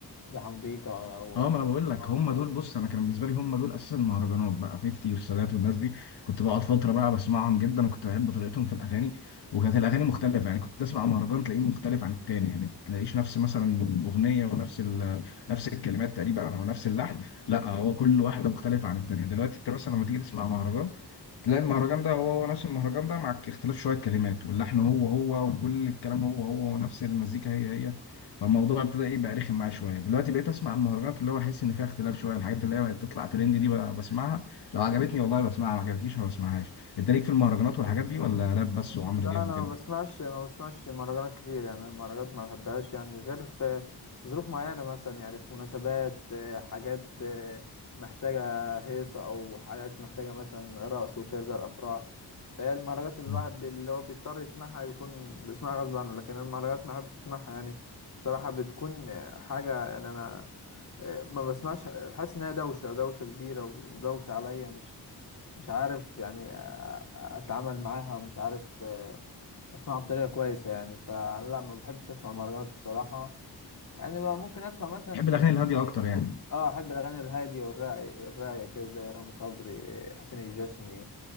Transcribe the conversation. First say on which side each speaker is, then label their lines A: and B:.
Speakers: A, on the left; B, on the left.
A: زي حنبيكا او
B: اه ما انا بقول لك
A: أو
B: هم
A: ناصر
B: دول بص انا كان بالنسبه لي هم دول اساس المهرجانات بقى 50 والسادات والناس دي كنت بقعد فتره بقى بسمعهم جدا وكنت بحب طريقتهم في الاغاني وكانت الاغاني مختلفه يعني كنت تسمع مهرجان تلاقيه مختلف عن التاني يعني ما تلاقيش نفس مثلا الاغنيه ونفس ال... نفس الكلمات تقريبا او نفس اللحن لا هو كل واحده مختلفه عن التانيه دلوقتي انت مثلا لما تيجي تسمع مهرجان تلاقي المهرجان ده هو هو نفس المهرجان ده مع اختلاف شوية كلمات واللحن هو هو وكل الكلام هو هو ونفس المزيكا هي هي فالموضوع ابتدى ايه بقى رخم معايا شوية دلوقتي بقيت اسمع المهرجانات اللي هو احس ان فيها اختلاف شوية الحاجات اللي هي بقت تطلع ترند دي ب- بسمعها لو عجبتني والله بسمعها ما عجبتنيش ما بسمعهاش انت ليك في المهرجانات والحاجات دي ولا راب بس وعمرو
A: لا
B: دياب
A: انا
B: وكده
A: ما بسمعش ما بسمعش مهرجانات كتير يعني أنا المهرجانات ما بحبهاش يعني غير في في ظروف معينة مثلا يعني في مناسبات آه، حاجات آه، محتاجة هيصة او حاجات محتاجة مثلا رقص وكذا الافراح فهي المهرجانات اللي
B: مم.
A: الواحد بي- اللي هو بيضطر يسمعها بيكون بيسمعها غصب عنه لكن المهرجانات ما بحبش اسمعها يعني صراحة بتكون آه، حاجة يعني انا آه، ما بسمعش حاسس انها دوشة دوشة كبيرة ودوشة عليا مش مش عارف يعني آه، اتعامل معاها ومش عارف آه، اسمعه بطريقه كويسه يعني فانا لا ما بحبش اسمع مهرجانات الصراحه يعني ما ممكن اسمع مثلا
B: بحب الاغاني
A: إيه،
B: الهادية
A: ميكس
B: اكتر يعني
A: اه احب الاغاني الهاديه والراقيه الراقيه كده زي رامي صبري إيه، حسين الجسمي